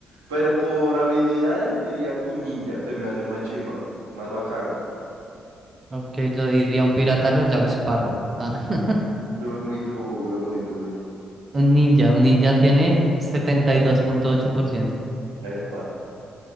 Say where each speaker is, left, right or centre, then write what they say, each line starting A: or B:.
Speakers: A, on the right; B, on the right.
A: Pero por habilidades diría que un ninja se me hace más chimba, más bacano.
B: Ok, yo diría un pirata a lo Jack Sparrow. Ah, <laughs>
A: Uh, Muy duro, muy duro.
B: un ninja, un ninja tiene 72.8%.
A: Epa.